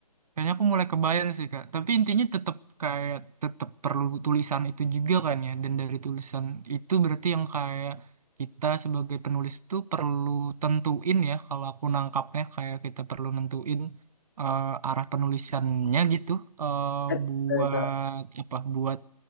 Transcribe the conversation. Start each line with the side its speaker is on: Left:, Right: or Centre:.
Right: Kayaknya aku mulai kebayang sih Kak. Tapi intinya tetap kayak tetap perlu tulisan itu juga kan ya. Dan dari tulisan itu berarti yang kayak kita sebagai penulis tuh perlu tentuin ya. Kalau aku nangkapnya kayak kita perlu nentuin eh, arah penulisannya gitu. eh,
Left: Eh,
Right: buat
Left: eh, Kak.
Right: apa? Buat